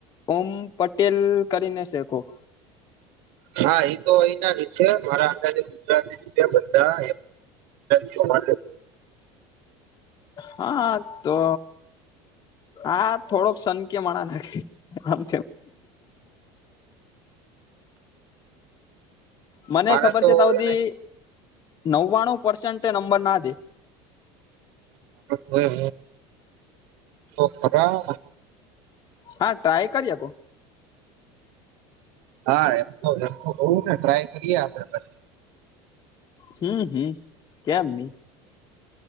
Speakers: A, on the left; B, on the right.
A: ઓમ પટેલ કરીને છે, કોક.
B: હા, એ તો અહીના જ છે, મારા. આજે ગુજરાતી છે, બધા. જમા <unintelligible>
A: હા, તો. હા, થોડોક શકય મણા લાગે આમ. મને
B: મારે
A: ખબર છે, તો બધી
B: એને
A: નવ્વાણું પર્સેન્ટ નંબર ના દે.
B: હોય, હ, ખરા?
A: હા, ટ્રાય કરી શકો.
B: હા, એમ તો, એમ તો કઉું ને, ટ્રાય કરીએે આપડે.
A: હમ, હમ, કેમ નઈ?